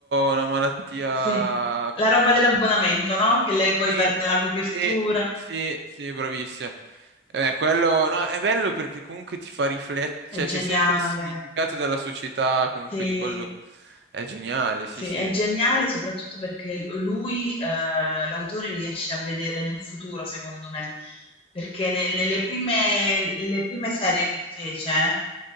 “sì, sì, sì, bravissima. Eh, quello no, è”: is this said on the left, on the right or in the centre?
Right